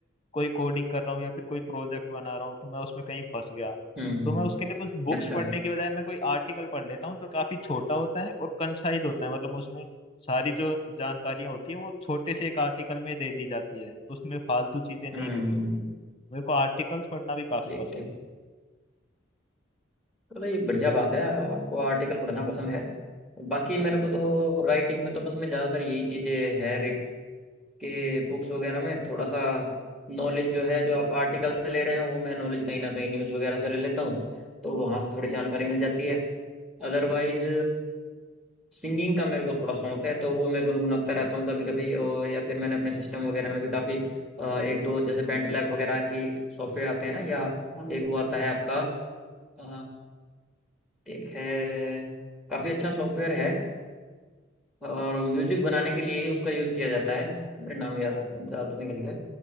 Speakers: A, on the left; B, in the centre.
A: कोई कोडिंग कर रहा हूँ या फिर कोई प्रोजेक्ट बना रहा हूँ तो मैं उसमें कहीं फंस गया
B: हम्म, हम्म,
A: तो मैं उसके लिए कुछ बुक्स
B: अच्छा
A: पढ़ने की बजाय मैं कोई आर्टिकल पढ़ लेता हूँ जो काफी छोटा होता है और कंसाइज होता है मतलब उसमें सारी जो जानकारियां होती है वो छोटे से एक आर्टिकल में दे दी जाती है उसमें फालतू चीजें नहीं
B: हम्म
A: लिखी होती
B: हम्म,
A: मेरे को आर्टिकल्स पढ़ना भी काफी
B: ठीक
A: पसंद
B: ठीक
A: है
B: चलो ये बढ़िया बात है आपको आर्टिकल पढ़ना पसंद है बाकी मेरे को तो राइटिंग में तो बस मैं ज़्यादातर यही चीज़ें है रिट के बुक्स वगैरह में थोड़ा सा नॉलेज जो है जो आप आर्टिकल से ले रहे हैं वो मैं नॉलेज कहीं ना कहीं न्यूज़ वगैरह से ले लेता हूँ तो वहाँ से थोड़ी जानकारी मिल जाती है अदरवाइज सिंगिंग का मेरे को थोड़ा शौक है तो वो मैं गुनगुनाता रहता हूँ कभी कभी और या फिर मैंने अपने सिस्टम वगैरह में भी काफ़ी एक दो जैसे बेंट लैब वगैरह की सॉफ्टवेयर आते हैं ना या एक वो आता है आपका अ, एक है काफ़ी अच्छा सॉफ्टवेयर है और म्यूजिक बनाने के लिए ही उसका यूज़ किया जाता है मेरा नाम
A: अच्छा
B: याद याद से निकल गया